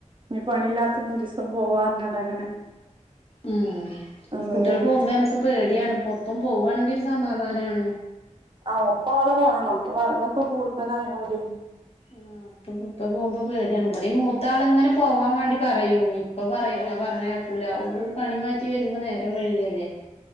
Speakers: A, on the right; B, on the left.
A: ഇനി പണി ഇല്ലാത്തന്നൊരൂസം പോവാ പറഞ്ഞാണ്ടങ്ങനെ
B: ഉം
A: നിന്നതാണ്
B: കുട്ടികൾ പോവുമ്പേ നമ്മക്ക് പേടിയാണ് ഇപ്പം ഒപ്പം പോവാണെങ്കി ഒരു സമാധാനാണ്
A: ആഹ് ഒപ്പം ആള് വേണം ഇപ്പ വെള്ളൊക്കെ കൂടുതലായോണ്ടേ
B: ഉം അപ്പൊ ഇപ്പ പോകുമ്പോ പേടിയാണ് ഇവിടെയും മൂത്താളിങ്ങനെ പോവാൻ വേണ്ടി പറയുമ്മി ഇപ്പൊ പറയും ഓൻ പറഞ്ഞാ കേക്കൂലാ ഓല് പണി മാറ്റി വെരുമ്പോ നേരം വഴ്കല്ലേ